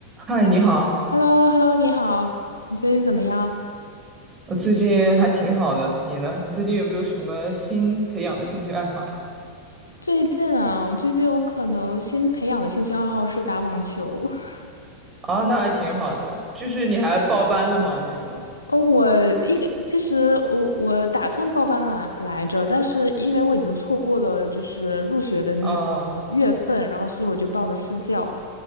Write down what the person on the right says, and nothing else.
嗨，你好，
我最近还挺好的，你呢？你最近有没有什么新培养的兴趣爱好呀？
啊，那还挺好的，就是你还报班了吗？那种？
啊